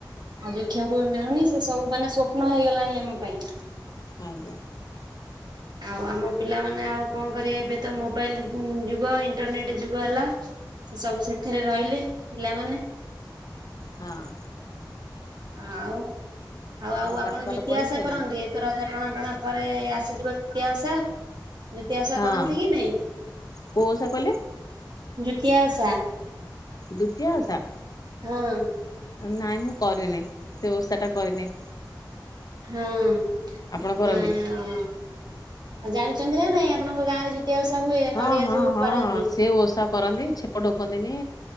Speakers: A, on the right (about 65°); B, on the left (about 50°).
A: ଆଉ ଦେଖିବାକୁ ବି ମିଳୁନି ସେ ସବୁ ମାନେ ସ୍ଵପ୍ନ ହେଇଗଲାଣି ଆମ ପାଇଁ।
B: ଆଜ୍ଞା।
A: ଆଉ ଆମ ପିଲାମାନେ ଆଉ କଣ କରିବେ ଏବେ ତ ମୋବାଇଲ ଯୁଗ ଇଣ୍ଟରନେଟ ଯୁଗ ହେଲା ସେସବୁ ସେଥିରେ ରହିଲେ ପିଲାମାନେ।
B: ହଁ।
A: ଆଉ ଆଉ ଆଉ ଆପଣ
B: ପାଠ ପାଠ
A: ଜୁତିଆ
B: ପଢି
A: ଓଷା
B: ସାରିଲେଣି?
A: କରନ୍ତି? ଏଥରକ ଅ ଟଣା ଟଣା ପରେ ଆସିଯିବ ଦିତିଆ ଓଷା। ଦ୍ୱିତୀୟା ଓଷା
B: ହଁ
A: କରନ୍ତି କି ନାଇଁ?
B: କୋଉ ଓଷା କହିଲେ
A: ଜୁତିଆ ଓଷା?
B: ଦୂତିଆ ଓଷା?
A: ହଁ।
B: ନାଇଁ ମୁଁ କରିନେଇ, ସେ ଓଷାଟା କରିନେଇ।
A: ହଁ।
B: ଆପଣ କରନ୍ତି?
A: ନା ଆଉ ଜାଣିଚନ୍ତି ନା ନାଇଁ ଆପଣଙ୍କ ଗାଁ ରେ ଜୁତିଆ ଯୋଉ ଓଷା ହୁଏ
B: ହଁ
A: ନଡିଆ
B: ହଁ ହଁ
A: ବାଡାନ୍ତି?
B: ସେ ଓଷା କରନ୍ତି, ଛେପ ଢୋକନ୍ତିନି